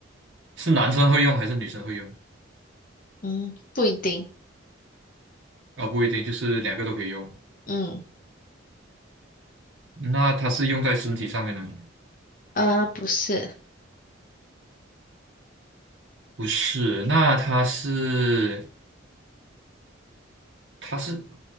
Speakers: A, on the right; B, on the left.
A: 是男生会用还是女生会用？
B: 嗯，不一定。
A: 啊，不一定，就是两个都可以用。
B: 嗯，
A: 那它是用在身体上面的吗？
B: 啊，不是，
A: 不是，那它是它是